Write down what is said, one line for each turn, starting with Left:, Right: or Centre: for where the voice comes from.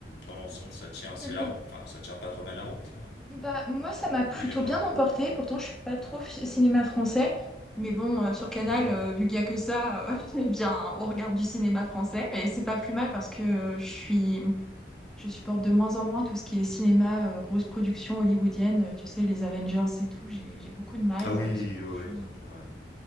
Left: dans l'ensemble, ça tient, c'est
Centre: Je l'ai
Left: la, rou- enfin, ça tient pas trop mal la route euh,
Centre: Bah, moi, ça m'a plutôt
Left: de mémoire.
Centre: bien emporté. Pourtant, je suis pas trop fi- cinéma français. Mais bon, euh, sur Canal,
Left: Ouais,
Centre: euh, vu qu'il y a que ça, euh, <laughs> eh bien, on regarde du cinéma français. Et c'est pas plus mal parce que euh, je suis, je supporte de moins en moins tout ce qui est cinéma, euh, grosse production hollywoodienne. euh, Tu sais, les Avengers et tout. J'ai, j'ai beaucoup de mal,
Left: Ah oui,
Centre: euh, ce genre
Left: ouais,
Centre: de
Left: ouais.
Centre: choses.
Left: ouais.